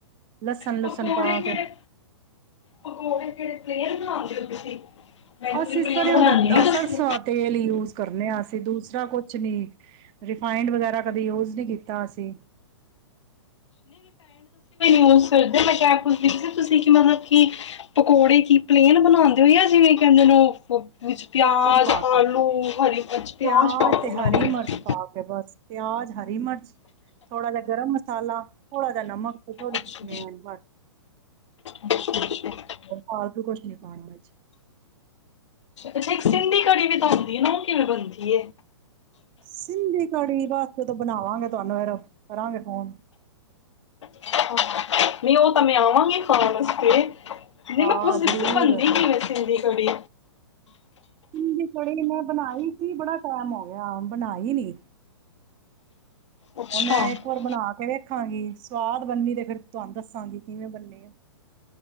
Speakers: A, on the right; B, on the left.
A: ਲਸਣ ਲੁਸਣ
B: ਪਕੌੜੇ
A: ਪਾ
B: ਕਿਹੜੇ
A: ਕੇ
B: ਪਕੌੜੇ ਕਿਹੜੇ ਪਲੇਨ ਬਣਾਉਂਦੇ ਹੋ ਤੁਸੀਂ ਮੈਨੂੰ
A: ਅਸੀਂ
B: ਵੀ
A: ਇਸ
B: ਪਲੇਨ
A: ਤ
B: ਬਣਾਉਣੇ ਨਹੀਂ ਦੱਸਦੇ
A: ਸਰਸਾ ਤੇਲ ਹੀ ਯੂਜ ਕਰਨੇ ਹ ਅਸੀਂ ਦੂਸਰਾ ਕੁਛ ਨੀ ਰਿਫਾਈਡ ਵਗੈਰਾ ਕਦੇ ਯੂਜ ਨਹੀ ਕੀਤਾ ਅਸੀਂ
B: ਸਿਰਦੇ ਮੈਂ ਏਹ ਪੁੱਛਦੀ ਸੀ ਕਿ ਤੁਸੀਂ ਕਿ ਮਤਲਬ ਕਿ ਪਕੌੜੇ ਕੀ ਪਲੇਨ ਬਣਾਉਂਦੇ ਹੋ ਆ ਜਿਵੇਂ ਕਹਿੰਦੇ ਨੇ ਵਿੱਚ ਪਿਆਜ਼
A: ਪਿਆਜ ਪਾ ਕੇ
B: ਆਲੂ ਹਰੀ ਮਿਰਚ ਪਿਆਜ਼
A: ਪਿਆਜ
B: ਪਾ ਕੇ
A: ਤੇ
B: ਬਣਾਉਂਦੇ
A: ਹਰੀ
B: ਹੋ
A: ਮਿਰਚ ਪਾ ਕੇ ਬਸ ਪਿਆਜ਼ ਹਰੀ ਮਿਰਚ ਥੋੜ੍ਹਾ ਜਿਹਾ ਗਰਮ ਮਸਾਲਾ ਥੋੜ੍ਹਾ ਜਿਹਾ ਨਮਕ ਤੇ ਥੋੜ੍ਹੀ
B: ਅੱਛਾ
A: ਜਿਹੀ <inaudible>
B: ਅੱਛਾ ਅੱਛਾ
A: ਫਾਲਤੂ ਕੁਛ ਨੀ ਪਾਣਾ ਵਿੱਚ
B: ਅੱਛਾ ਇੱਕ ਸਿੰਧੀ ਕੜੀ ਵੀ ਤਾਂ ਬਣਦੀ ਹੈ ਨਾ ਕਿਵੇਂ ਬਣਦੀ
A: ਸਿੰਧੀ ਕੜੀ ਬਸ ਜਦੋਂ ਬਣਾਵਾਂਗੇ ਤੁਹਾਨੂੰ ਏਹਦੋ ਕਰਾਂਗੇ ਫੋਨ
B: ਨਹੀਂ ਉਹ ਤਾਂ ਮੈਂ ਆਵਾਂਗੀ ਖਾਣ ਵਾਸਤੇ। ਨਹੀਂ
A: ਹਾਂ
B: ਮੈਂ ਪੁੱਛਦੀ
A: ਜ਼ਰੂਰ
B: ਸੀ ਕਿ ਬਣਦੀ ਕਿਵੇਂ ਸਿੰਧੀ। ਤੜੀ
A: ਸਿੰਧੀ ਕੜੀ ਨਹੀਂ ਮਾਣ। ਬਣਾਈ ਸੀ ਬੜਾ ਟਾਈਮ ਹੋ ਗਿਆ ਬਣਾਈ ਨੀ
B: ਅੱਛਾ
A: ਉਹਨੇ
B: ਹਾਂ
A: ਇੱਕ ਵਾਰ ਬਣਾ ਕੇ ਵੇਖ ਰਖਾਂਗੀ ਸਵਾਦ ਬਣਨੀ ਤੇ ਫਿਰ ਤੁਹਾਨੂੰ ਦੱਸਾਂਗੀ ਕਿਵੇਂ ਬੰਨੀ ਆ